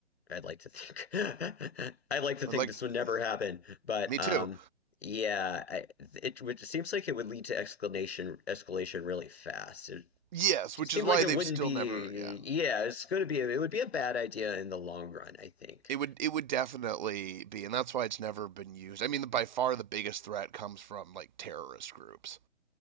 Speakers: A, on the left (about 60°); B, on the right (about 40°).
A: I'd like to think <laughs> I'd like to
B: I'd
A: think
B: like,
A: this
B: to,
A: would never
B: yeah,
A: happen, but
B: me
A: um,
B: too.
A: yeah, I, it would it seems like it would lead to escalation escalation really fast. It
B: Yes,
A: just
B: which
A: seems
B: is why
A: like it
B: they've
A: wouldn't
B: still
A: be.
B: never, yeah,
A: Yeah, it's going to be. It would be a bad idea in the long run, I think.
B: it would it would definitely be, and that's why it's never been used. I mean, by far the biggest threat comes from like terrorist groups.